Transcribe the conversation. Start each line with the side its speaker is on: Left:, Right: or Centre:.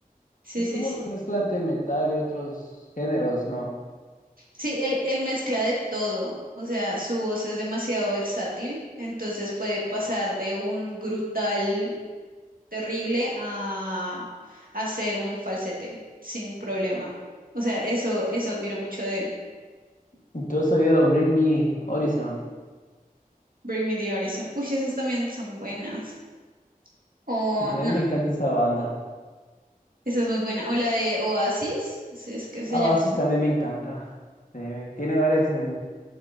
Right: sí,
Left: Es
Right: sí,
Left: como
Right: sí.
Left: una mezcla entre metal y otros géneros, ¿no?
Right: Sí, él, él mezcla de todo, o sea, su voz es demasiado versátil, entonces puede pasar de un grutal terrible a hacer un falsete sin problema. O sea, eso, eso admiro mucho de él.
Left: ¿Y ¿Tú has oído Bring Me Horizon?
Right: Bring Me the Horizon. Uy, esas también son buenas. O
Left: Sí, a
Right: no,
Left: mí me encanta esa banda.
Right: esa es muy buena. O la de Oasis, si es que se
Left: Ah,
Right: llama.
Left: Oasis también me encanta. Sí, tiene varias eh,